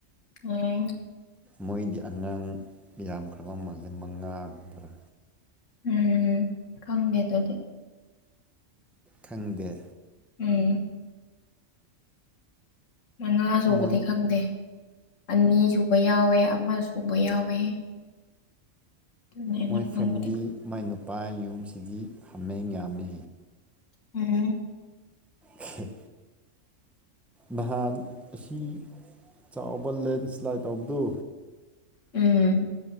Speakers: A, on the left; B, in the centre.
A: ꯑꯣ
B: ꯃꯣꯏꯗꯤ ꯑꯉꯥꯡ ꯌꯥꯝꯈ꯭ꯔꯕ ꯃꯥꯜꯂꯦ ꯃꯉꯥꯒꯨꯝꯕ꯭ꯔꯥ
A: ꯎꯝ ꯈꯪꯗꯦ ꯗꯨꯗꯤ
B: ꯈꯪꯗꯦ
A: ꯎꯝ ꯃ ꯉꯥ ꯁꯨꯕꯗꯤ
B: ꯃꯣꯏ
A: ꯈꯪꯗꯦ ꯑꯅꯤ ꯁꯨꯕ ꯌꯥꯎꯋꯦ ꯑꯃ ꯁꯨꯕ ꯌꯥꯎꯋꯦ ꯑꯗꯨꯅꯦ ꯑꯩꯅ
B: ꯃꯣꯏ
A: ꯈꯪꯕꯗꯤ
B: ꯐꯦꯃꯂꯤ ꯃꯥꯏꯅ ꯏꯄꯥꯥꯏ ꯌꯨꯝꯁꯤꯗꯤ ꯍꯥꯃꯦꯡ ꯌꯥꯝꯃꯦ
A: ꯑꯝ
B: ꯈꯦ ꯅꯍꯥꯟ ꯑꯁꯤ ꯆꯥꯎꯕ ꯂꯦꯟꯁ꯭ꯂꯥꯏꯠ ꯇꯧꯕꯗꯨ
A: ꯎꯝ